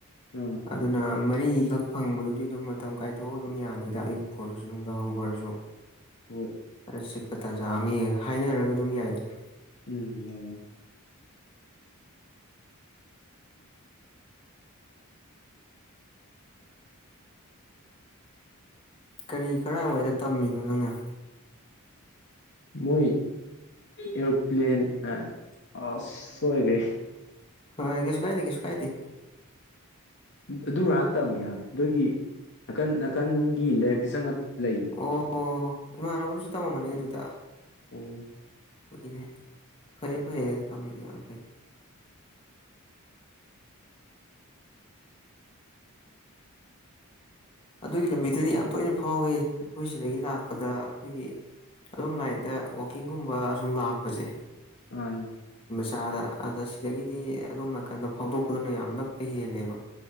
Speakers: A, on the left; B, on the left.
A: ꯑꯥ
B: ꯑꯗꯨꯅ ꯃꯔꯤꯈꯛ ꯐꯪꯕꯗꯨꯗꯤ ꯑꯗꯨꯝ ꯃꯇꯝ ꯀꯥꯏꯊꯣꯛꯑꯒ ꯑꯗꯨꯝ ꯌꯥꯅꯤꯗ ꯑꯌꯨꯛꯄꯨ ꯑꯣꯢꯔꯁꯨ ꯨꯅꯨꯡꯗꯥꯡꯕꯨ ꯑꯣꯢꯔꯁꯨ
A: ꯍꯣꯏ
B: ꯈꯔ ꯆꯤꯛꯄ ꯇꯥꯟꯖꯥ ꯑꯃ ꯌꯦꯡꯉꯒ ꯍꯥꯏꯅꯔꯒ ꯑꯗꯨꯝ ꯌꯥꯏꯗꯅ
A: ꯎꯝ ꯌꯥꯏ ꯌꯥꯏ <inaudible> <inaudible>
B: ꯀꯔꯤ ꯀꯗꯥꯏꯋꯥꯏꯗ ꯇꯝꯃꯤꯅꯣ ꯅꯪꯅ
A: <inaudible> ꯃꯣꯏ ꯑꯦꯔꯣꯄ꯭ꯂꯦꯟ ꯑꯁ ꯁꯣꯏꯒ꯭ꯔꯦ
B: ꯍ ꯀꯩꯁꯨ ꯀꯥꯏꯗꯦ ꯀꯩꯁꯨ ꯀꯥꯏꯗꯦ
A: ꯑꯗꯨ ꯃꯅꯥꯛ ꯇꯝꯃꯤ ꯏꯌꯥꯝꯕ ꯑꯗꯨꯒꯤ ꯅꯥꯀꯟ ꯅꯥꯀꯟꯒꯤ ꯂꯥꯏꯔꯛꯇ ꯆꯪꯉ ꯂꯩ
B: ꯑꯣ ꯏꯃꯥꯟꯅꯕ ꯑꯃꯁꯨ ꯇꯝꯃꯝꯕꯅꯦ ꯑꯗꯨꯗ
A: ꯑꯣ
B: ꯀꯨꯢꯔꯦ ꯐꯩ ꯐꯩꯌꯦ ꯑꯗꯨ ꯇꯝꯃꯤꯗꯣ ꯌꯥꯝ ꯐꯩ ꯑꯗꯨꯒꯤ ꯂꯝꯕꯤꯗꯨꯗꯤ ꯌꯥꯝ ꯇꯣꯏꯅ ꯐꯥꯎꯋꯦ ꯑꯩꯈꯣꯏ ꯁꯤꯗꯒꯤ ꯂꯥꯛꯄꯗ ꯑꯩꯈꯣꯏꯒꯤ ꯑꯗꯣꯝ ꯂꯥꯏꯟꯗ ꯋꯥꯛꯀꯤꯡꯒꯨꯝꯕ ꯑ ꯁꯨꯝ ꯂꯥꯛꯄꯁꯦ
A: ꯑ ꯌꯥꯝꯕ
B: ꯑꯗ ꯑꯗ ꯁꯤꯗꯒꯤꯗꯤ ꯑꯗꯣꯝ ꯅꯥꯀꯟꯗ ꯐꯥꯎꯗꯣꯛꯄꯗꯨꯅ ꯌꯥꯝ ꯅꯛꯄ ꯍꯦꯜꯂꯦꯕ